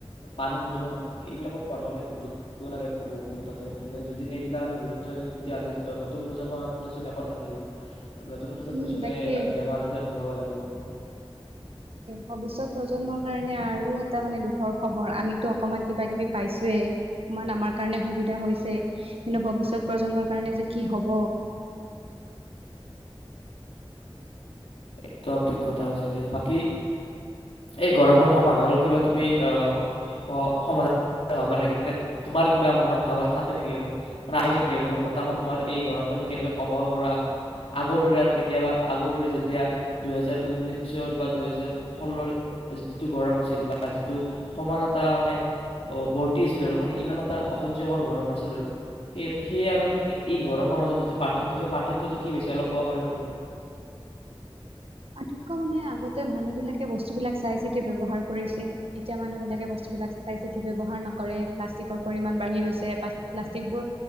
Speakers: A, on the left; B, on the right.
A: পানী প্ৰদূষণ এইবিলাকক মানুহে গুৰুত্ব দিব লাগে বহুখিনি তাতে মানে যদি এইবিলাক আমি গুৰুত্ব দিওঁ তেতিয়াহ'লে নতুন প্ৰজন্মৰক চোন একটা <unintelligible> নতুন পছত
B: উম
A: পৈছ
B: তাকে
A: ন বেমাৰ আ যে ভগাব লাগিব
B: ভৱিষ্যত প্ৰজন্মৰ কাৰণে আৰু এটা মানে দুখৰ খবৰ আমিতো অকমান কিবা কিবি পাইছোয়ে অকমান আমাৰ কাৰণে সুবিধা হৈছে কিন্তু ভৱিষ্যত প্ৰজন্মৰ কাৰণে যে কি হব
A: একদম ঠিক কথা হৈছে দিয়া বাকী এই গৰমৰ সমাধানৰ কিবা তুমি আহ সমাধান হবা নেকি মানে তোমাৰ কিবা মনত ভাৱ থাকে নেকি আৰু ৰাে নেকি আৰু কা মতামত তোমাৰ এই গৰমটো আমি কেনেকে কমাব পাৰো আগৰ দৰে আৰু কেতিয়াবা আগৰ দৰে এতিয়া দুহেজাৰ উনৈশৰ বা দুহেজাৰ ষোল্লৰ যিটো গৰম আছিল বা যিটো সমান এটা মানে বৰ্তি আছিল আৰু মানে ইমান এটা অসহয্যকৰ গৰম নাছিল আৰু সেই সেয়ে আৰু তুমি এই গৰমৰ মজত যিটো পাৰ্থক্য সেই পাৰ্থক্যটো কি বিছে অলপ ক'ব পাৰিবা নেকি
B: পাথক্য মানে আগতে মানুহ বিলাকে বস্তু বিলাক চাই চিতি ব্যৱহাৰ কৰিছিল এতিয়া মানুহবলাকে বস্তুবিলাক চাই চিতি ব্যৱহাৰ নকৰে প্লাষ্টিকৰ পৰিমাণ বাঢ়ি
A: নেকি
B: গৈছে প্লাষ্টিক বোৰ